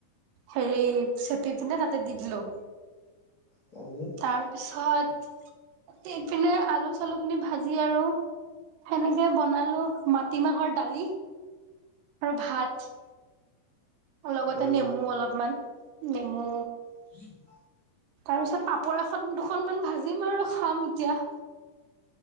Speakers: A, on the right; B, on the left.
A: হেৰি চেপি পিনে তা তে দি দিলো।
B: তাৰপিছত!
A: তাৰপিছত দি পিনে আলু-চালু খিনি ভাজি আ, ৰু সেনেকে বনালো। মা টিমাহৰ দালি আৰু ভাত। লগতে
B: তাৰপিছত
A: নেমু অলপমান নেমু।
B: <inaudible>
A: তাৰ পিছত পাপৰ এখন-দুখনমান ভাজিম আৰু খাম এতিয়া।